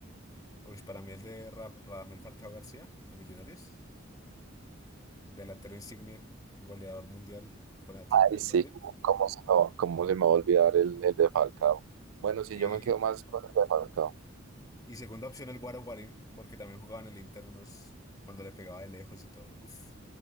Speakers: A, on the left (about 20°); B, on the right (about 85°).
A: Uff, para mí el de Ra- Radamel Falcao García a Millonarios, delantero insignia, goleador mundial con Atlético
B: Ay,
A: de
B: sí,
A: Madrid.
B: cómo cómo se me va, cómo se me va a olvidar el, el de Falcao. Bueno, sí
A: Y,
B: yo me quedo más con el de Falcao.
A: y segunda opción el Guaro Guarín, porque también jugaba en el Inter unos cuando le pegaba de lejos y todo. Uff,